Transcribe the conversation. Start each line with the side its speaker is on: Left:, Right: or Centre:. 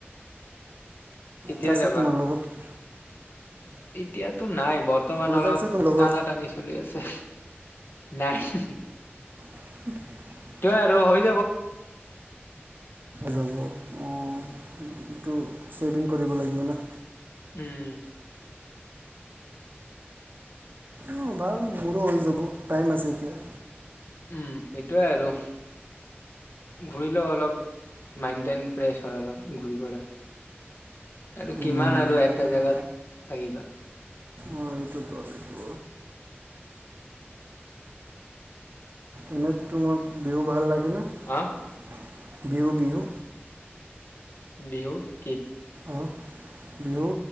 Left: কেতিয়া
Right: তছ
Left: যাবা
Right: তোমাৰ লগত
Left: এতিয়াতো নাই। বৰ্তমান
Right: বজাৰ
Left: অলপ
Right: আছে তোৰ লগত
Left: টানা-টানি চলি আছে। নাই।
Right: <unintelligible>
Left: তই আৰু হয় <unintelligible>
Right: জাবো অ এইটো চেভিং কৰিব লাগিব ন।
Left: উম।
Right: উ ভাল মোৰো হৈ যাব টাইম আছে এতিয়া
Left: উম সেইটোৱে আৰু ঘূৰিলেও অলপ মাইণ্ড টাইন ফ্ৰেছ হয় অলপ ঘূৰিবলৈ। আৰু
Right: এইটোতো
Left: কিমান আৰু এটা জাগাত থাকিবা।
Right: অ' এইটো এইটো এনে তোমাক বিহু ভাল লাগে।
Left: হা
Right: <inaudible> বিহু বিহু
Left: বিহু কি?
Right: অ', বিহু